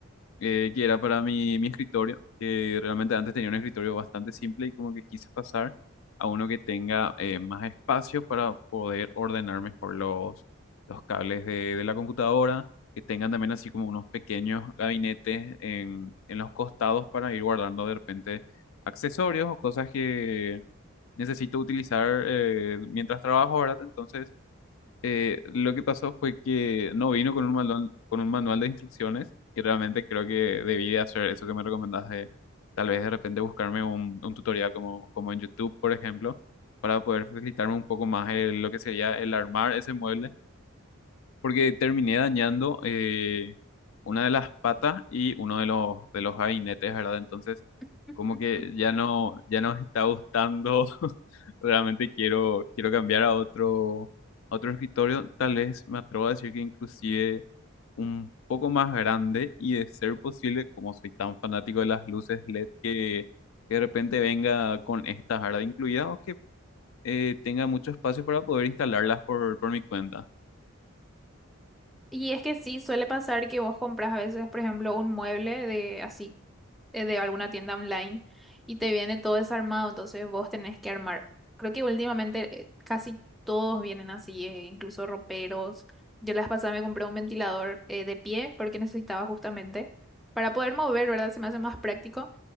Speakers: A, on the left (about 65°); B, in the centre.
A: eh, que era para mi, mi escritorio, que realmente antes tenía un escritorio bastante simple y como que quise pasar a uno que tenga eh, más espacio para poder ordenar mejor los, los cables de, de la computadora, que tengan también así como unos pequeños gabinetes en, en los costados para ir guardando de repente accesorios o cosas que necesito utilizar eh, mientras trabajo, ¿verdad? Entonces eh, lo que pasó fue que no vino con un manual, con un manual de instrucciones y realmente creo que debí de hacer eso que me recomendaste, tal vez de repente buscarme un, un tutorial como, como en YouTube, por ejemplo, para poder facilitarme un poco más el- lo que sería el armar ese mueble, porque terminé dañando. eh, una de las patas y uno de los, de los gabinetes, ¿verdad? Entonces,
B: <laughs>
A: como que ya no, ya no me está gustando, <laughs> realmente quiero, quiero cambiar a otro, a otro escritorio, tal vez me atrevo a decir que inclusive un poco más grande y de ser posible, como soy tan fanático de las luces LED, que, que de repente venga con estas, ¿verdad? Incluidas o que eh, tenga mucho espacio para poder instalarlas por, por mi cuenta.
B: Y es que sí, suele pasar que vos compras a veces, por ejemplo, un mueble de así, eh, de alguna tienda online y te viene todo desarmado, entonces vos tenés que armar. Creo que últimamente eh, casi todos vienen así, eh, incluso roperos. Yo las pasadas me compré un ventilador eh, de pie porque necesitaba justamente para poder mover, ¿verdad? Se me hace más práctico.